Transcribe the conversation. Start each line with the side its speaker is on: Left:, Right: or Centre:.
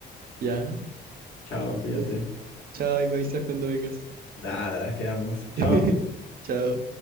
Right: Ya.
Left: Chao, cuídate.
Right: Ahí- Chao, ahí me avisas cuando vengas.
Left: Nada, quedamos. Chao.
Right: <laughs> Chao.